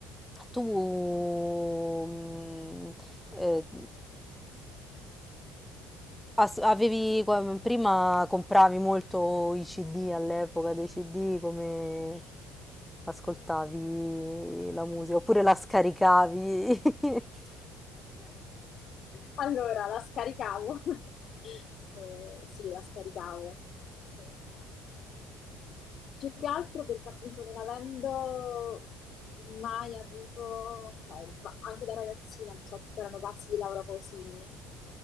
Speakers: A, in the centre; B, on the left.
A: tu mm, eh, Ass- avevi, qua- prima compravi molto i CD all'epoca dei CD, come ascoltavi la musica, oppure la scaricavi. <laughs>
B: Allora, la scaricavo. <laughs> Eh, sì, la scaricavo. Eh, Più che altro perché appunto non avendo mai avuto, cioè, ma anche da ragazzina, non so, tutti erano pazzi di Laura Pausini,